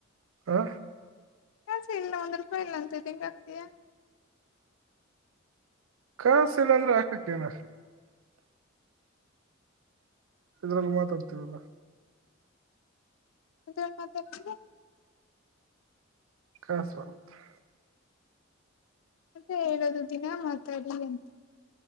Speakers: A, on the right; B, on the left.
A: ಆ
B: ಸೆ ಇಲ್ಲ ಒಂದ್ೂಪಾಯ ಇಲ್ಲ ಅಂತ ಇ ಹೆಂಗ ಆತಾ
A: ಕಸ ಇಲ್ಲ ಅಂದ್ರೆ ಹಾಕಕ್ಕೇನ ಇದ್ರಲ್ಲಿ ಮಾತಾಡ್ತಿರಲ್ಲ
B: ಮತ್ತ <unintelligible>
A: <unintelligible>
B: ಮತ್ತೆ ಹೇಳದು ದಿನಾ ಮಾತಾಡ್ಲಿ ಅಂ